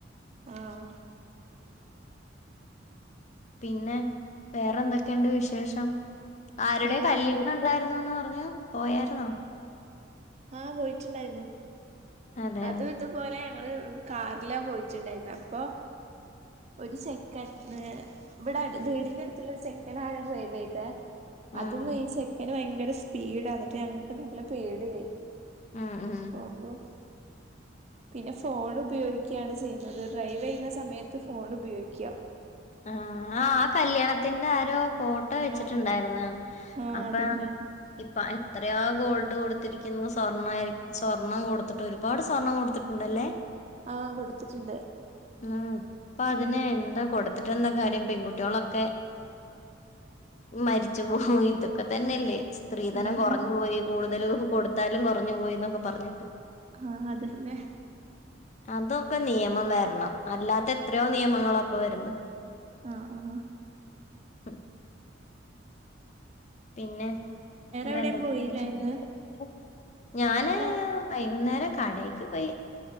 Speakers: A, on the right; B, on the left.
A: ആഹ
B: പിന്നെ വേറെന്തൊക്കെയുണ്ട് വിശേഷം ആരുടെ
A: വേറെ
B: കല്യാണം എന്ത ന്ന് പറഞ്ഞു പോയായിുന്നോ
A: ആഹ് പോയിട്ടുണ്ടായിരുന്നു
B: അതെ
A: അതും ഇതുപോലെയ ഞങ്ങള് കാറിലാ പോയിറ്റിണ്ടായിരുന്ന അപ്പോ ഒരു സെക്കൻ ഏ ഇവ്ടെ ട് വീടിന്റെ അടുത്തുള്ള ഒരു സെക്കൻ ആണ് ഡ്രൈവ് ചെയ്തേ.
B: ഉം
A: അതും ഈ ചെക്കന് വയങ് ഭയങ്കര സ്പീഡ എന്നിട്ട് ഞങ്ങക്ക് നല്ല പേടിയായി.
B: ഉം ഉം
A: പോ ബസ് പിന്നെ ഫോൺ ഉപയോഗിക്കാണ് ചെയ്യുന്നത്, ഡ്രൈവ് ചെയ്യുന്ന സമയത്ത് ഫോൺ ഉപയോഗിക്ക
B: ആ ആ ആ കല്യാണത്തിന്റെ ആരോ ഫോട്ടോ വെച്ചിട്ടുണ്ടായിരുന്നു
A: ആഹ് ആഹ് ആഹ്
B: അപ്പോ
A: അതന്നെ
B: ഇപ്പ എത്രയാ ഗോൾഡ് കൊടുത്തിരിക്കുന്നു സ്വർണ്ണ ആയിര് സ്വർണ്ണം കൊടുത്തിട്ട് ഒരുപാട് സ്വർണം കൊടുത്തിട്ടുണ്ടല്ലേ.
A: ആഹ് കൊടുത്തിട്ടുണ്ട്
B: മ് ഇപ്പ അതിന്
A: ഉം ഉം
B: എന്താ കൊടുത് ത്തിട്ട എന്താ കാര്യം പെൺകുട്ടികളൊക്കെ മരിച്ചു പോകും ഇതൊക്കെ തന്നെല്ലേ സ് സ്ത്രീധനം
A: അതന്നെ
B: കൊറഞ്ഞു പോയി കൂടുത് മൊതലൂപ്പ് കൊടുത്താലും കൊറഞ്ഞു പോയിന്നൊക്കെ പറഞ്ഞിട്ട്
A: ആ അതെന്നെ
B: അതൊക്കെ നിയമം വരണം, അല്ലാത്ത എത്രയോ നിയമങ്ങളോ അപ്പോ വര്ന്ന്.
A: ആ ആ
B: അ പിന്നെ വേറെ
A: എവിടെയും
B: എന്തൊക്കെയുണ്ട്
A: പോയില്ല ഇന്ന്
B: <unintelligible> ഞാന്
A: ഇന്ന് എവിടെ
B: വൈകുന്നേരം കടയിക്ക് പയി